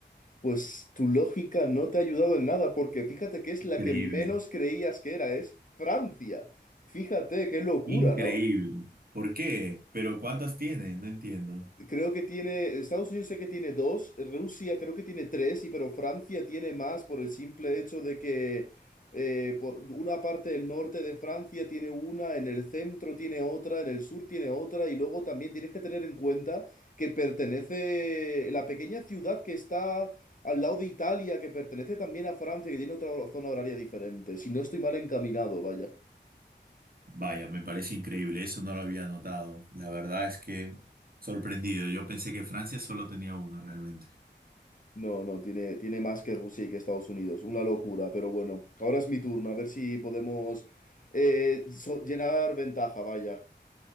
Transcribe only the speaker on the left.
Pues tu lógica no te ha ayudado en nada porque fíjate que es la
que menos creías que era, es Francia. Fíjate, qué locura,
¿no?
Creo que tiene, Estados Unidos sé que tiene dos, Rusia creo que tiene tres, y pero Francia tiene más por el simple hecho de que eh, por una parte del norte de Francia tiene una, en el centro tiene otra, en el sur tiene otra, y luego también tienes que tener en cuenta que pertenece la pequeña ciudad que está al lado de Italia, que pertenece también a Francia, que tiene otra zona horaria diferente. Si no estoy mal encaminado, vaya.
No, no, tiene, tiene más que Rusia y que Estados Unidos. Una locura, pero bueno. Ahora es mi turno, a ver si podemos eh, so- llenar ventaja, vaya.